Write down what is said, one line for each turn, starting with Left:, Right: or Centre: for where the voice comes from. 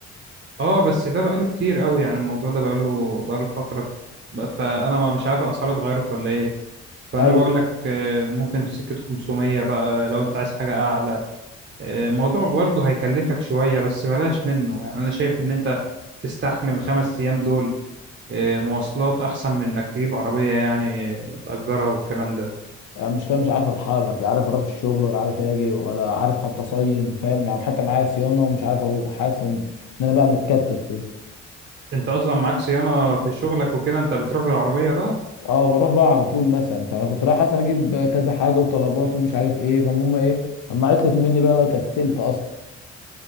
Right: أه بس ده بقاله كتير أوي يعني الموضوع ده بقاله بقاله فترة بق- فأنا ما مش عارف الأسعار اتغيرت ولا إيه فأنا
Left: ايوه
Right: بقول لك آه، ممكن في سكة 500 بقى لو أنت عايز حاجة أعلى آه، موضوع برضه هيكلفك شوية بس بلاش منه يعني أنا شايف إن أنت تستحمل الخمس أيام دول آه، مواصلات أحسن من إنك تجيب عربية يعني آه، تأجرها والكلام ده
Left: يعني مش كده مش عارف اتحرك لا عارف اروح الشغل ولا عارف اجي ولا عارف حتى اصين فاهم يعني حتى معايا صيانه ومش عارف اروح حاسس ان إن انا بقى متكتف كده
Right: أنت أصلا معاك صيانة في شغلك وكده أنت بتروح بالعربية بقى؟
Left: اه بروح بقى على طول مثلا فكنت رايح اصلا اجيب كذا حاجه وطلبات ومش عارف ايه فالمهم ايه اما عطلت مني بقى كسلت اصلا